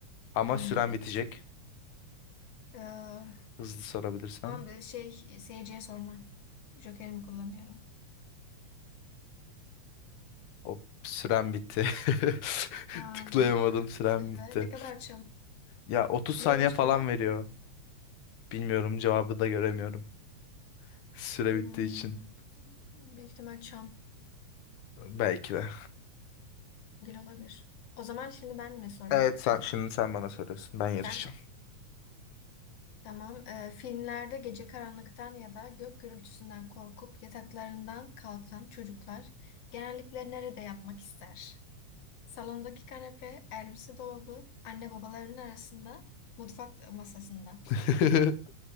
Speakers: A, on the left; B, on the left.
A: Ama
B: Hmm.
A: süren bitecek.
B: Ee,
A: Hızlı sorabilirsen.
B: ama bir şey seyirciye sorma. Jokerimi kullanıyorum.
A: Hop, süren bitti. <laughs>
B: Aa,
A: Tıklayamadım, süren
B: tüh
A: bitti.
B: be, ne kadar çabuk.
A: Ya 30 saniye
B: Neymiş
A: falan
B: cevap?
A: veriyor. Bilmiyorum, cevabı da göremiyorum. Süre
B: Hmm,
A: bittiği için.
B: büyük ihtimal Çamgil
A: Belki de.
B: olabilir. O zaman şimdi ben mi soruyorum?
A: Evet sen şimdi sen bana soruyorsun. Ben yarışacağım.
B: Ben, tamam. Ee, filmlerde gece karanlıktan ya da gök gürültüsünden korkup yataklarından kalkan çocuklar genellikle nerede yatmak ister? Salondaki kanepe, elbise dolabı, anne babaların arasında, mutfak masasında.
A: <laughs>